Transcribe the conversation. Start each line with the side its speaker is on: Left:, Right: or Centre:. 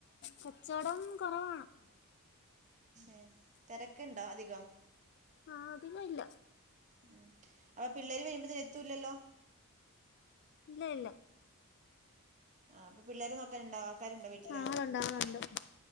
Left: കച്ചേടം കുറവാണ്
Right: എ തിരക്ക്ണ്ടോ അധികം
Left: ആഹ് അതികല്ല
Right: ഉം അപ്പൊ പിള്ളേര് വരുമ്പോത്തിൻ എത്തൂല്ലല്ലോ
Left: ഇല്ല ഇല്ല
Right: ആ അപ്പൊ പിള്ളേരെ നോക്കാനുണ്ടാ ആൾക്കാര്ണ്ടോ വീട്ടില്
Left: ആളുണ്ട് ആളുണ്ട്